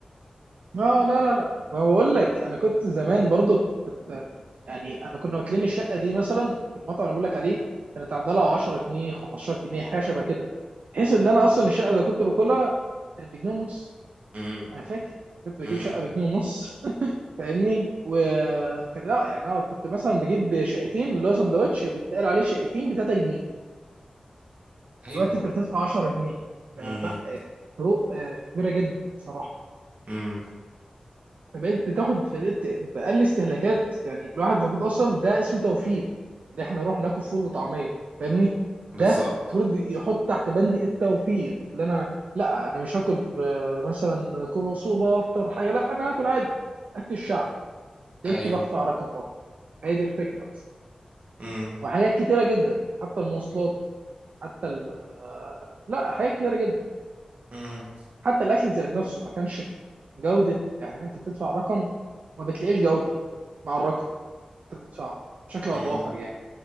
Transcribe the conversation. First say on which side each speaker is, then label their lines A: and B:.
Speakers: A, on the right (about 75°); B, on the right (about 60°).
A: اه لا لا لا ما بقول لك انا كنت زمان برضو كنت يعني انا كنا واكلين الشقه دي مثلا في المطعم اللي بقول لك عليه كانت عامله لها 10 جنيه 15 جنيه حاجه شبه كده بحيث ان انا اصلا الشقه اللي كنت باكلها كانت بجنيه ونص
B: امم
A: انا فاكر كنت بجيب
B: امم
A: شقه بجنيه ونص <laughs> فاهمني وكان لا يعني اه كنت مثلا بجيب شقتين اللي هو سندوتش بيتقال عليه شقتين ب 3 جنيه
B: ايوه
A: دلوقتي انت بتدفع 10 جنيه فلا
B: امم
A: الفروق آه، كبيره جدا بصراحه
B: امم
A: فبقيت بتاخد فرقت بأقل استهلاكات يعني الواحد المفروض اصلا ده اسمه توفير اللي احنا نروح ناكل فول وطعميه فاهمني
B: بالظبط
A: ده المفروض يحط تحت بندي التوفير اللي انا لا انا مش هاكل في- مثلا كوسوبه وافطر حاجه لا انا هاكل عادي اكل الشعب لقيت
B: ايوه
A: بدفع رقم برضه هي دي الفكره بس
B: امم
A: وحاجات كتيره جدا حتى المواصلات حتى ال لا حاجات كتيره جدا
B: امم
A: حتى الاكل زاد نفسه ما كانش جوده يعني انت بتدفع رقم وما بتلاقيش جوده مع الرقم انت بتدفعه بشكل
B: امم
A: او باخر يعني